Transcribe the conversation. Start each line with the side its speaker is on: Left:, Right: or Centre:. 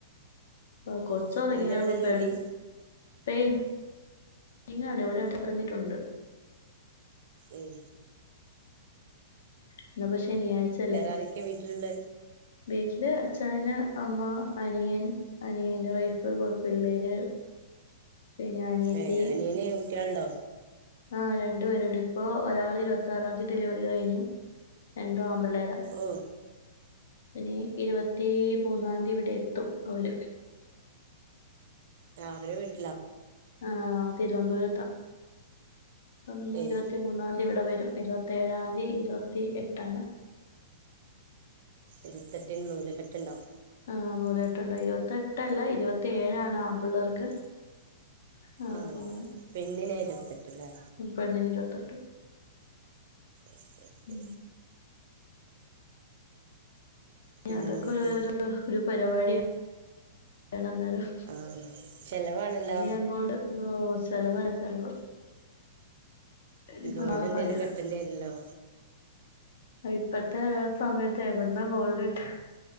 Left: ആഹ് കൊച്ച്
Right: ഹസ്ബൻഡിന്
Left: ഉറങ്ങിയായിരുന്നു
Right: എവിടെ
Left: പെ
Right: ജോലി
Left: പെയ് ന്റിങ്ങാണ് ഇവിടെ അ <unintelligible> പറഞ്ഞിട്ടുണ്ട്.
Right: ഉം
Left: ഇന്നിപ്പ ശനിയാഴ്ച്ചല്ലേ
Right: അരൊക്കെ വീട്ടില്ള്ളെ
Left: വീട്ടില് അച്ചായന് അമ്മ അനിയൻ അനിയന്റെ വൈഫ് പിള്ളേര് പിന്നെ അനിയത്തി
Right: ഏ അനിയന് കുട്ടിയള്ണ്ടോ
Left: ആഹ് രണ്ട് പേരുണ്ട് ഇപ്പോ ഒരാള് ഇരുവത്താറാതി ഡെലിവറി കഴിഞ്ഞു രണ്ടും ആൺപ്പിള്ളേരാ
Right: ഓഹ്
Left: പിന്നെ ഇരുപത്തി മൂന്നാംന്തി ഇവിടെ എത്തും അവര്
Right: രാവിലെ വിട്ട്
Left: ആഹ് തിരുവനന്തപുരത്ത അപ്പം
Right: ഉം
Left: ഇരുപത്തി മൂന്നാംന്തി ഇവിടെ വരും ഇരുപത്തി ഏഴാംന്തി ഇരുപത്തി എട്ടാണ്
Right: ഇരുത്തെട്ടിന് നൂലുക്കെട്ട് ഉണ്ടാവും
Left: ആഹ് നൂലുട്ടക്കെട്ടുണ്ട് ഇരുപത്തെട്ടല്ല ഇരുപത്തി ഏഴാണ് ആമ്പിള്ളേർക്ക് ആ
Right: ആഹ്
Left: പോണെ
Right: പെണ്ണിനെ ഇരുപത്തെട്ടല്ലേ
Left: പെണ്ണിന് ഇരുവത്തെട്ട്
Right: ഓക്കെ ഓക്കെ
Left: ഇനി
Right: പിന്നെ
Left: അതൊക്കെ
Right: എന്തൊക്കെ
Left: ഒരഒരു ഒരു പരിപാടിയന്നേരം
Right: ആഹ് ചെലവാണല്ലോ
Left: അങ്ങോട്ട് ഓ ചെലവാ ചെലവ് ഇനിയിപ്പോ
Right: ഗോൾഡ്
Left: നാളെ
Right: എന്തേലും
Left: പഴ
Right: കെട്ടേണ്ടി വരുല്ലോ
Left: അത് ഇപ്പത്തെ സമയത്ത് എവിട്ന്നാ ഗോൾഡ് കിട്ടാ